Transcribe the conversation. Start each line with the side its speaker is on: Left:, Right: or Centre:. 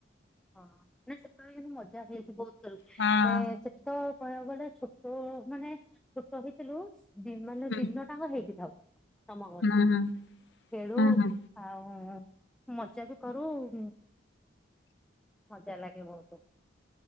Centre: ହଁ ନା ସେତେବେଳେ କିନ୍ତୁ ମଜା ହୁଏ <unintelligible> ବହୁତ ଖେଳୁ
Left: ହଁ
Centre: ଆମେ ଚେ ତ କହିବାକୁ ଗଲେ ଛୋଟ ମାନେ ଛୋଟ ହେଇଥିଲୁ ଦି ମାନେ
Left: ହୁଁ
Centre: ଦିନ ଟାଙ୍କ ହେଇଟି ଥାଉ। ତମ ଘଟି
Left: ହୁଁ ହୁଁ
Centre: ଖେଳୁ
Left: ହୁଁ ହୁଁ।
Centre: ଆଉ ମଜା ବି କରୁ ଉଁ ମଜା ଲାଗେ ବହୁତ।